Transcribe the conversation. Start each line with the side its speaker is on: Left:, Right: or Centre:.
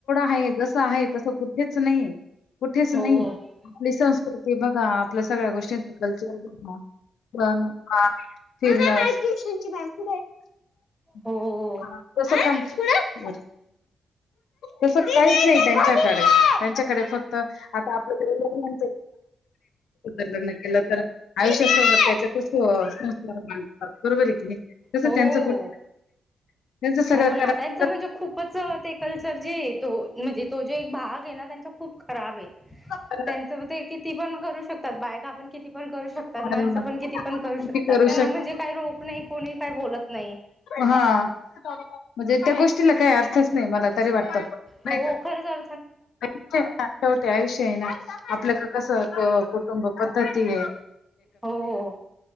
Left: हाय जसं आहे तसं कुठेच नाहीे. कुठेच
Centre: हो
Left: नाही. आपली संस्कृती बघा आपल्या सगळ्या गोष्टींचा कल्चर <unintelligible> <unintelligible> फिरण <unintelligible>
Centre: हो
Left: तस काय <inaudible> <inaudible> तस काहीच नाही त्यांच्याकडे त्यांच्याकडे फक् क्त आता आपल्याकडे <unintelligible> लग्न केलं तर, आयुष्यासोबत त्याच्यातच संस्कार मानतात, बरोबरय की नाही. तसं
Centre: हो
Left: त्यांचं कुठ त्यांचं सगळं
Centre: हो ना,
Left: करा
Centre: त्यांचं म्हणजे खूपच ते कल्चर जे तो म्हणजे तो जो एक भागय ना, त्यांचा खूप खराबय.
Left: <unintelligible>
Centre: त्यांचं ते किती पण करू शकतात, बायका पण किती पण करू शकतात,
Left: आणि
Centre: माणसं
Left: मग
Centre: पण किती पण करू
Left: किती
Centre: शकतात. ना
Left: शक
Centre: म्हणजे काही रोख नाही, कोणी काही बोलत नाही.
Left: हा म्हणजे त्या गोष्टीला काही अर्थच नाही, मला तरी वाटत.
Centre: हो
Left: का
Centre: खरं झा
Left: <unintelligible> ना शेवटी आयुष्य आहे ना, आपल्याकड कसं कुटुंब पद्धतीय.
Centre: हो,